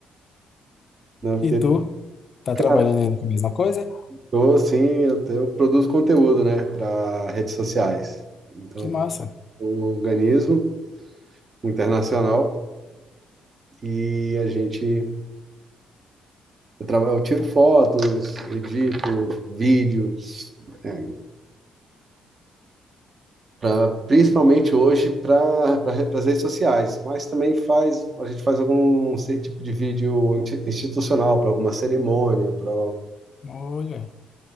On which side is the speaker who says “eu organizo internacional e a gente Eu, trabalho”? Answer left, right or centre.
Right